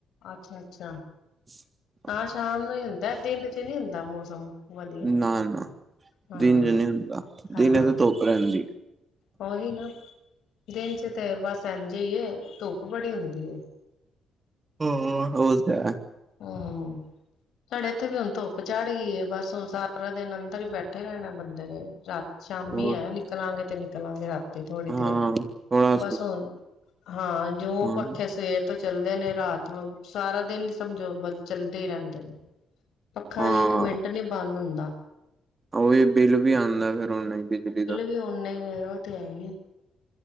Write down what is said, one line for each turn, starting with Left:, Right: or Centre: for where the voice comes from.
Left: ਅੱਛਾ -ਅੱਛਾ।
Right: ਅ <inaudible>
Left: ਹਾ ਸ਼ਾਮ ਨੂੰ ਹੀ ਹੁੰਦਾ ਦਿਨ ਚ ਨਹੀਂ ਹੁੰਦਾ ਮੌਸਮ ਵਧੀਆ
Right: ਨਾ ਨਾ
Left: ਹਾਂ
Right: ਦਿਨ ਨਹੀਂ ਹੁੰਦਾ
Left: ਹਾਂ
Right: ਦਿਨ ਤੇ ਧੁੱਪ ਰਹਿੰਦੀ
Left: ਉਹੀ ਨਾ ਦਿਨ ਚ ਤੇ ਬਸ ਇੰਝੇ ਹੀ ਹੈ, ਧੁੱਪ ਬੜੀ ਹੁੰਦੀ
Right: ਹਮ ਹਦਾ <inaudible>
Left: ਹੋ -ਹੋ ਸਾਡੇ ਇੱਥੇ ਵੀ ਹੁਣ ਧੁੱਪ ਚੜ੍ਹ ਗਈ ਏ, ਬਸ ਹੁਣ ਸਾਰਾ ਦਿਨ ਅੰਦਰ ਹੀ ਬੈਠੇ ਰਹਿਣੇ ਬੰਦੇ ਨੇ ਰਾਤ ਸ਼ਾਮੀ
Right: ਉਹ
Left: ਹੈ ਨਿਕਲਾਂਗੇ ਤੇ ਨਿਕਲਾਂਗੇ ਥੋੜ੍ਹੀ ਦੇਰ
Right: ਹਾਂ ਥੋੜਾ
Left: ਬਸ ਹੁਣ ਹਾਂ, ਜਿਉ
Right: ਹਾਂ
Left: ਪੱਖੇ ਸਵੇਰ ਤੋਂ ਚੱਲਦੇ ਨੇ ਰਾਤ ਸਾਰਾ ਦਿਨ ਸਮਝੋ ਚੱਲਦੇ ਹੀ ਰਹਿੰਦੇ ਨੇ ਪੱਖਾ
Right: ਹਾਂ
Left: ਹੀ ਇੱਕ ਮਿੰਟ ਨੀ ਬੰਦ ਹੁੰਦਾ
Right: ਉਹੀ ਬਿੱਲ ਵੀ ਆਉਂਦਾ ਫਿਰ ਨਾ ਹੀ ਬਿਜਲੀ ਦਾ
Left: ਉਨੇ ਨਲ ਬਤ ਤੇ ਹੈ ਹੀਏ